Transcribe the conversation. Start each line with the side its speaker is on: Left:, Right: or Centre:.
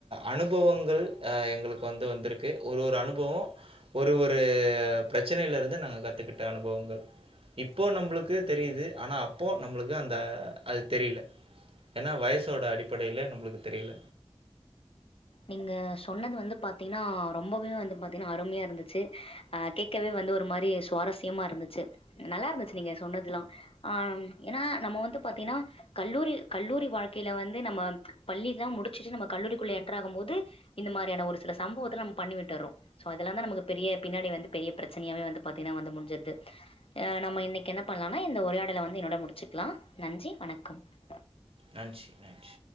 Right: அனுபவங்கள் அ எங்ளுக்கு வந்து வந்திருக்கு ஒரு ஒரு அனுபவோ ஒரு ஒரு பிரச்சனைலருந்து நாங்க கத்துகிட்ட அனுபவங்கள் இப்போ நம்ளுக்கு தெரியுது ஆனா அப்போ நம்ளுக்கு அந்த அது தெரில ஏனா வயசோட அடிப்படைல நம்ளுக்கு தெரில
Left: நீங்க சொன்னது வந்து பாத்தீங்னா ரொம்பவே வந்து பாத்தீங்னா அருமையா இருந்துச்சு அஹ் கேட்கவே வந்து ஒரு மாரி சுவாரஸ்யமா இருந்துச்சு நல்லாருந்துச்சு நீங்க சொன்னதுலா ஆஹ் ஏனா நம்ம வந்து பாத்தீங்னா கல்லூரி கல்லூரி வாழ்க்கைல வந்து நம்ம பள்ளிலா முடிச்சுட்டு நம்ம கல்லூரிக்குள்ள என் ட்ராக போது இந்த மாரியான ஒரு சில சம்பவத்துல நம்ம பண்ணி விட்டர்றோ சோ அதெலாதா நமக்கு பெரிய பின்னாடி வந்து பெரிய பிரச்சனையாவே வந்து பாத்தீனா வந்து முடிஞ்சுறுது ஆஹ் நம்ம இன்னைக்கு என்ன பண்ணலானா இந்த உரையாடல வந்து என்னோட முடிச்சுக்லா நன்றி வணக்கம்
Right: நன்றி நன்றி